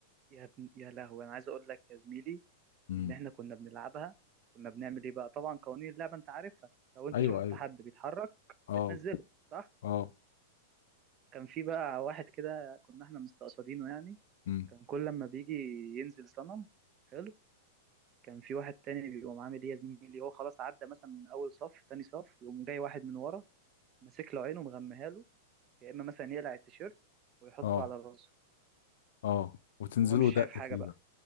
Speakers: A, on the right; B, on the left.
A: يا ابن يا لهوي انا عايز اقول لك يا زميلي
B: امم
A: ان احنا كنا بنلعبها كنا بنعمل ايه بقى طبعا قوانين اللعبه انت عارفها لو انت
B: ايوه
A: شفت
B: ايوه
A: حد بيتحرك
B: اه
A: بتنزله صح
B: اه
A: كان في بقى واحد كده كنا احنا مستقصدينه يعني
B: امم
A: كان كل لما بيجي ينزل صنم حلو كان في واحد تاني بيقوم عامل ايه يا زميلي هو خلاص عدى مثلا من اول صف تاني صف يقوم جاي واحد من ورا ماسك له عينه ومغميها له يا اما مثلا يقلع التيشيرت ويحطه
B: اه
A: على راسه
B: اه وتنزلوا
A: وهو مش
B: دق
A: شايف حاجه
B: فيه
A: بقى
B: بقى